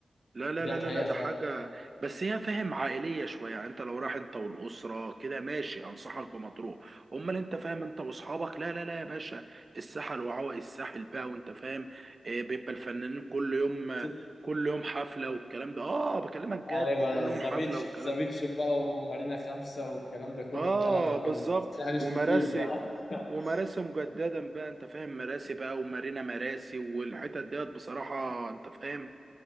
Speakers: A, on the right; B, on the left.
A: لا لا
B: دي
A: لا
B: حقيقة
A: لا لا، ده
B: فعلا
A: حاجة بس هي فاهم عائلية شوية يعني انت لو رايح انت والأسرة كده ماشي انصحك بمطروح امال انت فاهم انت واصحابك لا لا لا يا باشا الساحل وعوائي الساحل بقى وانت فاهم آه، بيبقى الفنانين كل يوم
B: <laughs>
A: كل يوم حفلة والكلام ده اه بكلمك
B: ايوه
A: جد كل يوم
B: زابيتش
A: حفلة والكلام
B: زابيتش
A: ده
B: بقى ومارينا خمسة والكلام ده كله
A: اه
B: الدلع ده كله
A: بالظبط
B: مش
A: ومراسي
B: كبير بقى <laughs>
A: ومراسي مجددا بقى انت فاهم مراسي بقى ومارينا مراسي والحتت ديت بصراحة انت فاهم